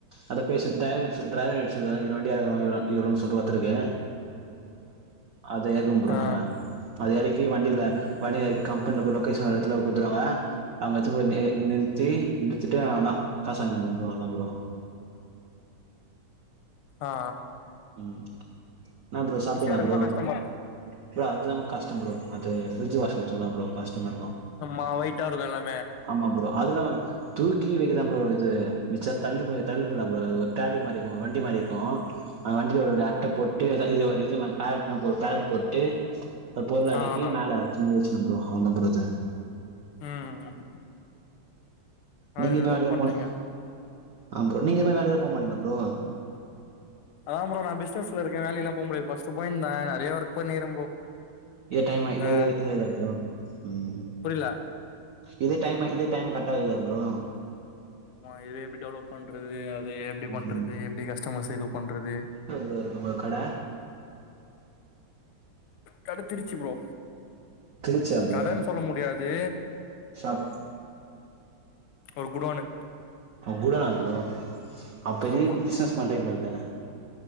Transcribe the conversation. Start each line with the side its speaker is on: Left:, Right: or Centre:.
Right: அத பேசிக் தயாரிக்க சொ டிரைவர்கிட்ட சொல்லுவே இத்தன வண்டி அவளோ இவலோ இவலோன்னு சொல்ட்டு ஒருத்தனுக்கு அத ஏக்கோ ப்ரோ
Left: ஆ
Right: நாங்க அத இறக்கி வண்டில வண்டில இறக்கி கம்பென்ல்ல போய் லொக்கேஷன் வர்ற எடத்துல குடுத்துருவாங்க அங்க எத்துனு போய் நிறுத்தி நிர்திட்டு அதா காச வாங்கிந்துருவே ப்ரோ அதா ப்ரோ
Left: ஆ ஆ
Right: என்னா ப்ரோ சாப்ட்டீங்களா
Left: இருக்குமா
Right: ப்ரோ
Left: கஷ்டமா
Right: இல்ல அது நம்ம கஷ்டம் ப்ரோ அது பிரிட்ஜ் வாஷிங் மெஷின் தா ப்ரோ கஷ்டமா இருக்கு
Left: அம்மா <unintelligible>
Right: ஆமா ப்ரோ அதுல்லா தூக்கி வைக்கதா ப்ரோ அது மிச்ச தல்ட்டு பொய் தல்ட்டு பொய்லா ப்ரோ ஒரு ட்ராலி மாரிருக்கு ஒரு வண்டி மாரிருக்கு அந்த வண்டில ஒருவழிய அட்ட போட்டு இது ஒரு இது மாரி பேலட்னு பேலட் போட்டு அத பொருள அடிக்கி
Left: ஆ ஆ
Right: மேலே வச்சுன்னு ப்ரோ அவ்ளதா <unintelligible>
Left: ம் ம் ஆ
Right: நீங்க
Left: என்னோட
Right: எது வேலையா
Left: ஒர்க் பண்ரீங்க
Right: போல ஆ ப்ரோ நீங்க எதுமே வேலையா போ மாட்டீங்களா ப்ரோ
Left: ஆ ப்ரோ நான் பிசினஸ்ல இருக்கே வேலைல்லா போமுடியாது பஸ்டுபாயிண்ட் நா நிறைய ஒர்க் பண்ணிர்ற ப்ரோ
Right: இத டைமா
Left: இந்த
Right: இத இத இத இத இத ம் ம்
Left: புரில
Right: இந்த டைமு இந்த டைம் கர்ட்டாகிதா ப்ரோ
Left: மா இது எப்டி டெவ்லப் பண்றது அது எப்டி பண்றது
Right: ம்
Left: எப்டி கஸ்டமர்ஸ் இது பண்றது
Right: எங்கருக்கு உங்க கட
Left: கடைச்சிருச்சி ப்ரோ
Right: திருச்சியா ப்ரோ
Left: கடன் சொல்ல முடியாது
Right: ஷாப்
Left: ஓ குடோனு
Right: குடோனா ப்ரோ அப் பெரிய
Left: ஆமா
Right: பிசினஸ் பண்றீங்கல்ல